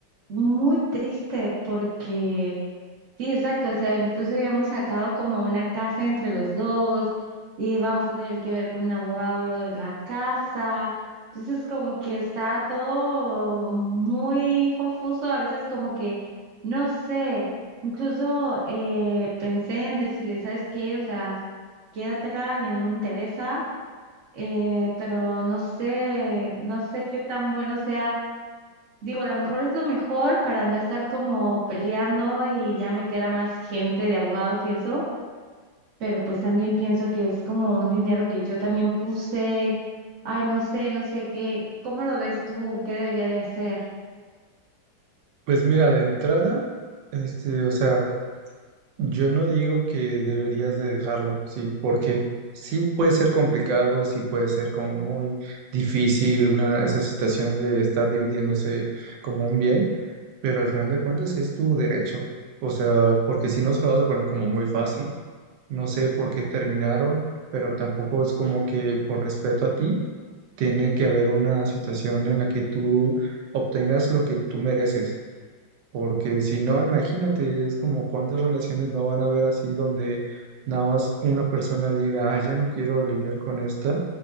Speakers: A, on the right; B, on the right.
A: muy triste porque... Sí, exacto. O sea, incluso habíamos sacado como una casa entre los dos y vamos a tener que ver con un abogado lo de la casa. Entonces, como que está todo muy confuso. A veces como que, no sé, incluso eh, pensé en decirle, ¿sabes qué? O sea, quédatela, ya no me interesa, eh, pero no sé, no sé qué tan bueno sea. Digo, a lo mejor es lo mejor para no estar como peleando y ya meter a más gente de abogados y eso, pero pues también pienso que es como un dinero que yo también puse. Ay, no sé, no sé qué, ¿cómo lo ves tú? ¿Qué debería de hacer?
B: Pues mira, de entrada, este, o sea, Yo no digo que deberías de dejarlo, sí, porque sí puede ser complicado, sí puede ser como muy difícil una, esa situación de estar dividiéndose como un bien, pero al final de cuentas es tu derecho, o sea, porque si no se lo vas a poner como muy fácil, no sé por qué terminaron, pero tampoco es como que por respeto a ti tiene que haber una situación en la que tú obtengas lo que tú mereces. Porque si no, imagínate, es como cuántas relaciones no van a haber así donde nada más una persona diga, ah, ya no quiero lidiar con esta